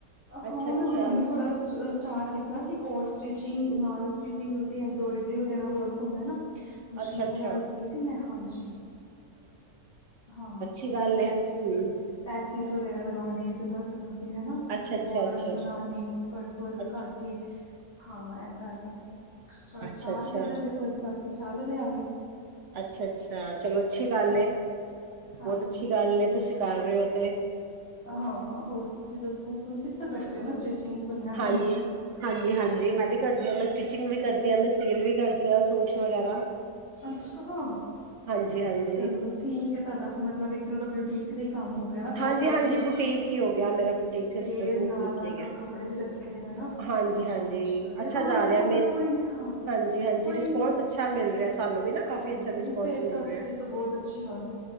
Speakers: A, on the right; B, on the left.
A: ਅੱਛਾ
B: ਹਾਂ,
A: ਅੱਛਾ
B: ਮੈਂ ਹੋਣ ਵੀ ਥੋੜ੍ਹਾ ਸਟਾਰਟ ਕੀਤਾ ਸੀ ਕੋਰਸ, ਸਟਿਚਿੰਗ ਨਾਲ ਸਟਿਚਿੰਗ ਦੇ ਉੱਤੇ ਐੰਬਰੋਇਡਰੀ ਵਗੈਰਾ ਵਰਕ ਹੁੰਦਾ ਨਾ ਮਸ਼ੀਨ
A: ਅੱਛਾ ਅੱਛਾ
B: ਵਗੈਰਾ ਲਿੱਤੀ ਸੀ ਮੈਂ, ਹਾਂਜੀ, ਹਾਂ
A: ਕੀ ਗੱਲ
B: ਜਿਵੇਂ ਪੈਚਿਸ
A: ਹੈ, ਹਮ
B: ਪੈਚਿਸ ਵਗੈਰਾ ਲਗਾਉਣੇ, ਜਦ ਅੱਜ-ਕਲ ਹਨਾ,
A: ਅੱਛਾ ਅੱਛਾ
B: ਬੋਡਰਸ
A: ਅੱਛਾ
B: ਬਣਾਉਣੇ, ਕਟ ਵਰਕ
A: ਅੱਛਾ
B: ਕਰਕੇ ਹਾਂ ਇਦਾਂ ਪਤਾ, ਥੋੜਾ
A: ਅੱਛਾ
B: ਸਟਾਰ
A: ਅੱਛਾ
B: ਕਿੱਦਾਂ ਦੇਖੋ ਬਾਕੀ ਚੱਲ ਰਿਹਾ ਵ
A: ਅੱਛਾ ਅੱਛਾ ਚਲੋ ਅੱਛੀ ਗੱਲ ਏ
B: ਹਾਂਜੀ
A: ਬਹੁਤ ਅੱਛੀ ਗੱਲ, ਤੁਸੀ ਕਰ ਰਹੇ ਹੋ ਤੇ
B: ਹਾਂ ਹੋਰ ਤੁਸੀਂ ਦੱਸੋ, ਤੁਸੀਂ ਵੀ ਤਾਂ ਕਰਦੇ ਹੋ ਨਾ ਸਟਿਚਿੰਗ ਸੁਣਿਆ
A: ਹਾਂਜੀ,
B: ਸੀ ਮੈਂ
A: ਹਾਂਜੀ-ਹਾਂਜੀ ਮੈਂ ਵੀ ਕਰਦੀ ਹਾਂ ਮੈਂ ਸਟਿਚਿੰਗ ਵੀ ਕਰਦੀ ਹਾਂ ਮੈਂ ਸੇਲ ਵੀ ਕਰਦੀ ਵਆ ਸੂਟਸ ਵਗੈਰਾ
B: ਅੱਛਾ ਫ
A: ਹਾਂਜੀ-ਹਾਂਜੀ
B: ਮਤਲਬ ਠੀਕ ਹੈ ਤੁਹਾਡਾ ਫਿਰ ਮਤਲਬ ਇੱਕ ਤੇ ਦਾ ਬਊਟੀ ਬੁਟੀਕ ਦੇ ਕੰਮ ਹੋ ਹੋ ਗਿਆ ਨਾ ਪ੍ਰੋਪਰ,
A: ਹਾਂਜੀ-ਹਾਂਜੀ ਬੁਟੀਕ ਹੀ ਹੋ ਗਿਆ ਮੇਰਾ ਬੁਟੀਕ
B: ਸੇਲ
A: ਸਿਸਟਮ ਬੁਟੀਕ
B: ਨਾਲ- ਨਾਲ
A: ਹੀ ਹੈਗਾ
B: ਕੱਪੜੇ ਵੀ ਰੱਖੇ ਦੇ ਨਾ ਅੱਛੀ
A: ਹਾਂਜੀ-ਹਾਂਜੀ
B: ਗੱਲ
A: ਅੱਛਾ
B: ਹੈ, ਹਾਂ
A: ਜਾ
B: ਦੇਖੋ
A: ਰਿਹਾ
B: ਅਗਰ
A: ਮੇ
B: ਕੋਈ, ਹਾਂ
A: ਹਾਂਜੀ-ਹਾਂਜੀ
B: ਕੋਈ
A: ਰਿਸਪੋਂਸ ਅੱਛਾ ਮਿਲ ਰਿਹਾ ਸਾਨੂੰ ਵੀ ਨਾ ਕਾਫ਼ੀ
B: ਹਾਂ
A: ਅੱਛਾ ਰਿਸਪੋਂਸ
B: ਨਹੀਂ, ਫਿਰ
A: ਮਿਲ
B: ਤਾਂ,
A: ਰਿਹਾ
B: ਫਿਰ ਬਹੁਤ ਅੱਛੀ ਗੱਲ